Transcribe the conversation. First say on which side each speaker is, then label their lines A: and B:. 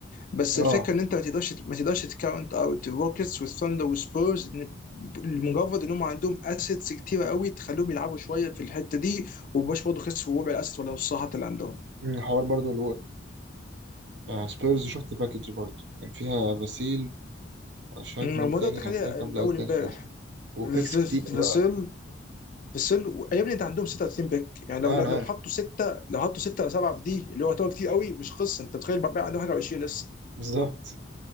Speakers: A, on the left; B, on the right.
A: بس
B: اه
A: الفكره ان انت ما تقدرش ما تقدرش تكاونت اوت الروكيتس والثاندر والسبيرز لأن لمجرد ان هم عندهم اسيتس كتيره قوي تخليهم يلعبوا شويه في الحته دي ومبقاش برضه خسروا ربع الاسيتس ولا نصها حتى اللي عندهم
B: الحوار برضو آه سبيرز شفت باكج برضه كان فيها فاسيل مش عارف
A: أمم،
B: مين تاني
A: وده تخليها
B: كان فيها كام لعيب
A: اول
B: تاني
A: امبارح
B: كويسين وبيكس
A: في-
B: كتير بقى
A: فيسل فيسل و- يا ابني انت عندهم 36 بيك يعني لو
B: اه
A: لو
B: انا
A: لو
B: عارف
A: حطوا سته لو حطوا سته او سبعه في دي اللي هو يعتبر كتير قوي مش قصه انت تخيل بقى عندهم حاجه و20 لسه
B: بالظبط